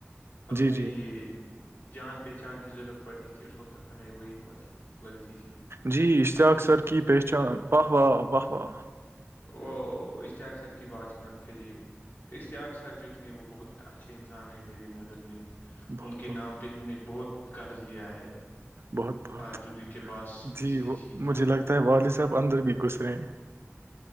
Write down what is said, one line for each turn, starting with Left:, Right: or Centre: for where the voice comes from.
Left: اپنی
Right: جی
Left: یہ
Right: جی
Left: <unintelligible> جان پہچان کی ضرورت پڑتی تھی اس وقت ہمیں وہی مز لگتی تھی
Right: جی اشتیاق سر کی پہچان واہ واہ واہ واہ
Left: وہ اشتحاکثر کی بات ہی مت کریے اشتیاق سر جو تھیں وہ بہت اچھے انسان ہیں میری نظر میں
Right: بہت
Left: ان کے نام
Right: بہت
Left: پہ ہم نے بہت قرض لیا ہے
Right: بہت بہت
Left: آردودی کے پاس
Right: جی وہ
Left: کیا
Right: مجھے لگتا
Left: بتائیں
Right: ہے
Left: ہم
Right: والد صاحب اندر بھی گسرے ہیں ج